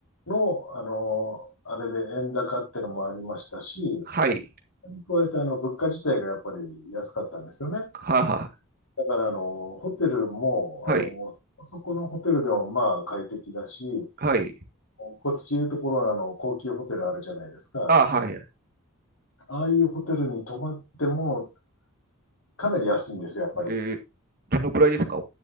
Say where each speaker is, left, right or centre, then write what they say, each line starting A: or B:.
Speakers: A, on the left; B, on the right.
A: の、あの、あれで円高ってのもありましたし、
B: はい、
A: それに加えて、あの、物価自体がやっぱり安かったんですよね。
B: はは、
A: だから、あの、ホテルも、
B: はい、
A: あの、そこのホテルでもまあ快適だし、
B: はい、
A: こっちでいうところのあの高級ホテルあるじゃないですか。
B: ああはい。え
A: ああいうホテルに泊まっても、かなり安いんですよ、やっぱり。
B: ーどのくらいですか、